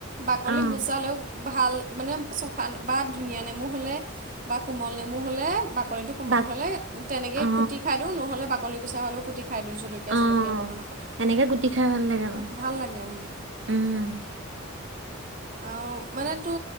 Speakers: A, on the right; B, on the right.
A: বাকলি
B: অ
A: গোচালেও ভাল মানে চফা বা ধুনীয়া নেমু হ'লে বা কোমল নেমু হ'লে বাকৰিটো- কোমল
B: বাক
A: হলে তেনেকে
B: অ
A: কুটি খাই দিওঁ নহ'লে বাকলি গুচা হ'লেও কুটি খাই দিওঁ জলকীয়া,
B: অ
A: চলকীয়া। অকণমানৰ সৈতে।
B: এনেকে গুটি খাই ভাল লাগে বাৰু
A: ভাল লাগে উম।
B: উম
A: আৰু মানে তো